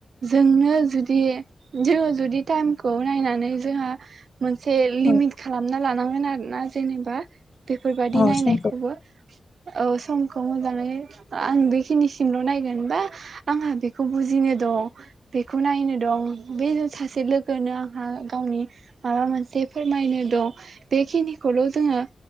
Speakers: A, on the right; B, on the left.
A: जोंनो जुदि जोङो जुदि टाइम खौ नायनानै जोंहा मोनसे लिमिट
B: औ
A: खालामना लानांगोन आरो ना जेनेबा बेफोरबादि
B: औ
A: नायनायखौबो
B: समखौ
A: औ समखौ मोजाङै आं बेखिनिसिमल' नायगोन। बा आंहा बेखौ बुजिनो दं बेखौ नायनो दं बे सासे लो गोनो आंहा गावनि माबा मोनसे फोरमायनो दं बेखिनिखौल' जोङो